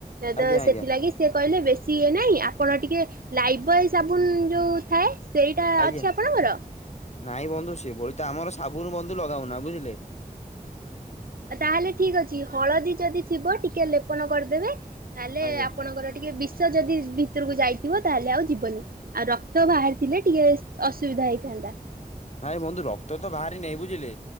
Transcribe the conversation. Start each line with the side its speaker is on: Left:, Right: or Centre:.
Right: ଦେଦ
Left: ଆଜ୍ଞା ଆଜ୍ଞା
Right: ସେଥିଲାଗି କି ସେ କହିଲେ ବେଶୀ ଇଏ ନାହିଁ ଆପଣ ଟିକେ ଲାଇବଏ ସାବୁନ ଯୋଉ ଥାଏ ସେଇଟା
Left: ଆଜ୍ଞା
Right: ଅଛି ଆପଣଙ୍କର?
Left: ନାଇଁ ବନ୍ଧୁ ସେଭଳି ତ ଆମର ସାବୁନ ବନ୍ଧୁ ଲଗାହୁଏନା ବୁଝିଲେ
Right: ତା ହେଲେ ଠିକ୍ ଅଛି ହଳଦୀ ଯଦି ଥିବ ଟିକେ ଲେପନ କରିଦେବେ ତାହେଲେ
Left: ଆଜ୍ଞା।
Right: ଆପଣଙ୍କର ଟିକେ ବିସ୍ ଛ ଯଦି ଭିତରକୁ ଯାଇଥିବ ତାହେଲେ ଆଉ ଯିବନି ଆଉ ରକ୍ତ ବାହାରିଥିଲେ ଟିକେ ଅସୁବିଧା ହେଇଥାନ୍ତା।
Left: ନାଇଁ ବନ୍ଧୁ ରକ୍ତ ତ ବାହାରି ନେଇଁ ବୁଝିଲେ